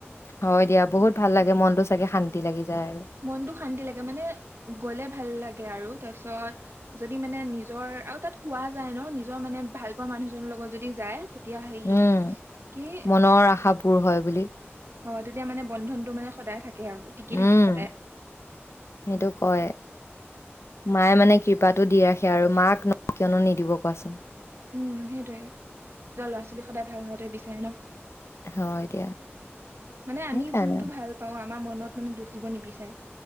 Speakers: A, on the left (about 80°); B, on the right (about 65°).
A: হয় দিয়া বহুত ভাল লাগে মনতো চাগে শান্তি লাগি। যায় আৰু
B: মনতটো শান্তি লাগে মানে গ'লে ভাল লাগে আৰু যাছ। পিছত যদি মানে নিজৰ আৰু তাত কোৱা যায় ন নিজৰ মানে ভাল পোৱা মানুহজনৰ লগত যদি যায় তেতিয়া হেৰি
A: উম
B: কি
A: মনৰ আশা পূৰ হয় বুলি
B: অ তেতিয়া মানে বন্ধনটো মানে সদায় থাকে আৰু টিকি থাকে
A: উম
B: সদায়
A: সেইটো কয় মায়ে মানে কি কৃপাতো দি ৰাখে আৰু মাক কিয়নো নিদিব কোৱাচোন
B: উম সেইটোৱে নিজৰ ল'ৰা ছোৱালী সদায় ভাল হোৱাতো এ বিচাৰে ন
A: হয় দিয়া
B: মানে
A: সেইকাৰণে
B: আমি যোনটো ভাল পাওঁ আমাৰ মনত মানে দুখ দিব নিবিচাৰে